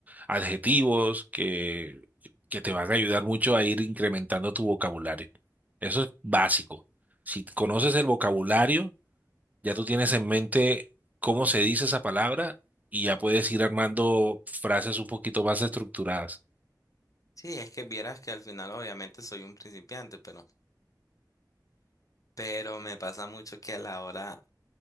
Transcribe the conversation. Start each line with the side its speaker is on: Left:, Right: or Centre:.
Right: adjetivos, que, que te van a ayudar mucho a ir incrementando tu vocabulario. Eso es básico. Si conoces el vocabulario, ya tú tienes en mente cómo se dice esa palabra y ya puedes ir armando frases un poquito más estructuradas.
Left: Sí, es que vieras que al final obviamente soy un principiante, pero, pero me pasa mucho que a la hora,